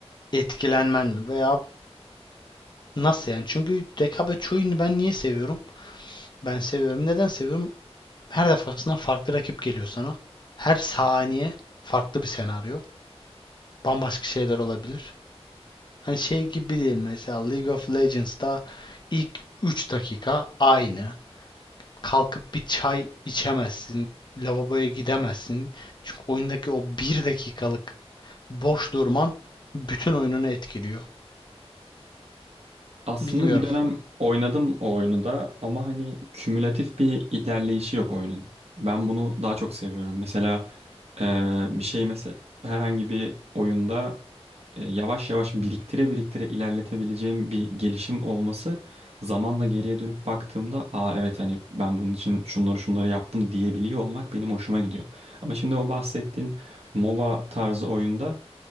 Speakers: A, on the left; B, on the right.
A: etkilenmen mi veya nasıl yani? Çünkü rekabetçi oyunu ben niye seviyorum? Ben seviyorum. Neden seviyorum? Her defasında farklı rakip geliyor sana. Her saniye farklı bir senaryo. Bambaşka şeyler olabilir. Hani şey gibi değil mesela League of Legends'ta ilk 3 dakika aynı. Kalkıp bir çay içemezsin, lavaboya gidemezsin. Çünkü oyundaki o bir dakikalık boş durman bütün oyununu etkiliyor.
B: Aslında
A: Bilmiyorum.
B: bir dönem oynadım o oyunu da ama hani kümülatif bir ilerleyişi yok oyunun. Ben bunu daha çok seviyorum. Mesela e, bir şey mesela herhangi bir oyunda e, yavaş yavaş biriktire biriktire ilerletebileceğim bir gelişim olması zamanla geriye dönüp baktığımda aa evet hani ben bunun için şunları şunları yaptım diyebiliyor olmak benim hoşuma gidiyor. Ama şimdi o bahsettiğin MOBA tarzı oyunda